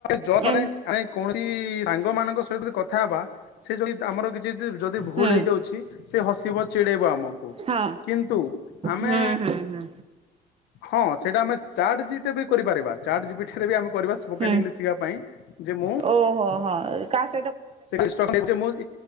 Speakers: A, on the left; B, on the right.
A: ଜବ ମାନେ
B: ଏମ୍
A: ଆମେ କୌଣସି ମଙ୍କ ଯି କଥା ହେବା ସେ ଯ ଆମର କିଛି ଯଦି ଭୁଲ
B: ହୁଁ
A: ହେଇଯାଉଛି। ସେ ହସିବ ଚି ଆମକୁ
B: ହଁ
A: କିନ୍ତୁ ଆମେ
B: ହୁଁ ହୁଁ ହୁଁ।
A: ହଁ ସେଟା ଆମେ ଚଟ କରିପାରିବା ଚାର୍ଟ ଜିବି ରେ ଆମକୁ ସ୍ପୋକ
B: ହୁଁ
A: ଇଂଲିଶ ଶିିବା ପାଇଁ ଯେ ମୁଁ
B: ଓହୋ ହଁ କାହାଶ୍
A: ସେଷ୍ଟକ୍ ଦେ ମୁଁ